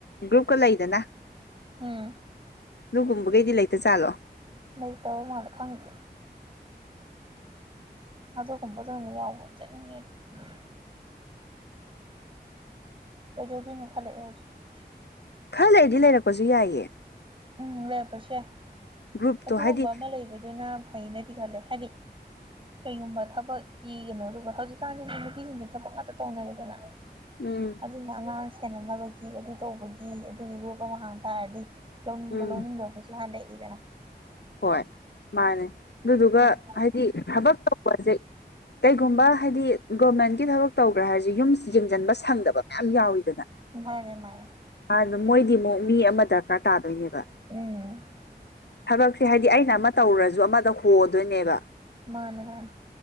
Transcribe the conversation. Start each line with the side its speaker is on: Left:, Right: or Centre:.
Left: ꯒ꯭ꯔꯨꯞꯀ ꯂꯩꯗꯅ
Right: ꯎꯝ
Left: ꯑꯗꯨꯒꯨꯝꯕꯈꯒꯩꯗꯤ ꯂꯩꯇ ꯖꯥꯠꯂꯣ
Right: ꯂꯩꯇꯕ ꯃꯥꯟꯂꯦ ꯈꯪꯗꯦ ꯑꯗꯨꯒꯨꯝꯕꯗ ꯑꯣꯏꯅ ꯌꯥꯎꯕ ꯑꯣꯏꯅ ꯆꯠꯅꯤꯡꯉꯛꯑꯦ ꯀꯩꯗꯧꯗꯨꯏꯅꯣ ꯈꯥꯟꯂꯥꯛꯑꯦ ꯍꯧꯖꯤꯠ
Left: ꯈꯔ ꯂꯩꯔꯗꯤ ꯂꯩꯔꯛꯄꯁꯨ ꯌꯥꯏꯑ
Right: ꯎꯝ ꯂꯩꯔꯛꯄꯁꯨ ꯌꯥꯏ
Left: ꯒ꯭ꯔꯨꯞꯇꯣ
Right: ꯑꯗꯨꯒꯨꯝꯕ
Left: ꯍꯥꯏꯗꯤ
Right: ꯑꯃ ꯂꯩꯕꯗꯨꯅ ꯐꯩꯅꯗꯤ ꯈꯜꯂꯦ ꯍꯥꯏꯗꯤ ꯀꯩꯒꯨꯝꯕ ꯊꯕꯛꯀꯤ ꯀꯩꯅꯣꯗꯣ ꯍꯧꯖꯤꯛꯀꯥꯟꯁꯦ ꯅꯨꯄꯤꯁꯤꯡꯁꯦ ꯊꯕꯛ ꯉꯥꯛꯇ ꯇꯧꯅꯔꯦꯗꯅ
Left: ꯎꯝ
Right: ꯑꯗꯨꯅ ꯑꯉꯥꯡ ꯁꯦꯟꯅꯅꯕꯒꯤ ꯑꯗꯨ ꯇꯧꯕꯒꯤ ꯑꯗꯨꯒꯤ ꯒ꯭ꯔꯨꯞ ꯑꯃ ꯍꯥꯡ ꯇꯥꯔꯗꯤ ꯂꯧꯅꯤꯡꯕ
Left: ꯎꯝ
Right: ꯂꯧꯅꯤꯡꯗꯕ ꯍꯥꯏꯕꯁꯨ ꯂꯩꯔꯤꯗꯅ
Left: ꯍꯣꯏ ꯃꯥꯅꯦ ꯑꯗꯨꯗꯨꯒ
Right: ꯎꯝ
Left: ꯍꯥꯏꯗꯤ ꯊꯕꯛ ꯇꯧꯕꯁꯦ ꯀꯩꯒꯨꯝꯕ ꯍꯥꯏꯗꯤ ꯒꯣꯔꯃꯦꯟꯒꯤ ꯊꯕꯛ ꯇꯧꯈ꯭ꯔꯥ ꯍꯥꯏꯔꯁꯦ ꯌꯨꯝꯁꯤꯡ ꯌꯦꯡꯁꯥꯟꯕ ꯁꯪꯗꯕ ꯃꯌꯥꯝ ꯌꯥꯎꯏꯗꯅ
Right: ꯃꯥꯅꯦ ꯃꯥꯅꯦ
Left: ꯑꯥꯟꯗ ꯃꯣꯏꯒꯤ ꯑꯃꯨꯛ ꯃꯤ ꯑꯃ ꯗꯔꯀꯥꯔ ꯇꯥꯗꯣꯏꯅꯦꯕ
Right: ꯎꯝ
Left: ꯊꯕꯛꯁꯦ ꯍꯥꯏ ꯑꯩꯅ ꯑꯃ ꯇꯧꯔꯨꯔꯁꯨ ꯑꯃꯗ ꯍꯣꯗꯨꯏꯅꯦꯕ
Right: ꯃꯥꯅꯦ ꯃꯥꯅꯦ